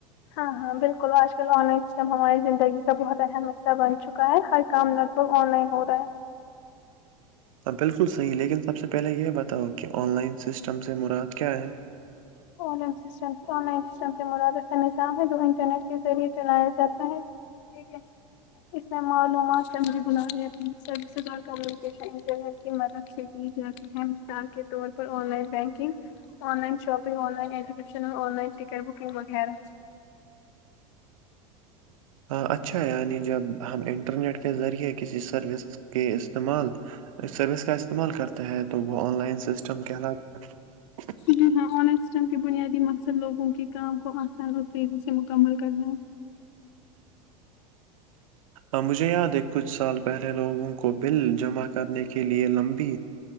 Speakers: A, on the left; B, on the right.
A: ہاں ہاں بالکل آج کل آن لائن سسٹم ہماراری زندگی کا بہت اہم حصہ بن چکا ہے ہر کام لگ بھگ آن لائن ہو رہا ہے
B: ہاں بالکل صحیح لیکن سب سے پہلے یہ بتاؤ کہ آن لائن سسٹم سے مراد کیا ہے
A: او ن سے آن لائن سسٹم سے مرادف کا نظام ہے جو انٹرنیٹ کے ذریعے چلایا جاتا ہے ٹھیک ہے <unintelligible> اس میں معلومات سے مجھے بن سزا کا <unintelligible> مدد سے کی جاتی ہے مثال کے طور پر online banking online shopping online education online ticket booking وغیرہ
B: ہاں اچھا یعنی جب ہم انٹرنیٹ کے ذریعے کسی سروس کے استعمال سروس کا استعمال کرتے ہیں تو وہ آن لائن سسٹم کے حلات <inaudible>
A: جی ہاں آنر سسٹم کے بنیادی مقصد لوگوں کے کام کو آسان اور تیزی سے مکمل کرنا ہے
B: ا مجھے یاد ہے کچھ سال پہلے لوگوں کو بل جمع کرنے کے کے لیئے لمبی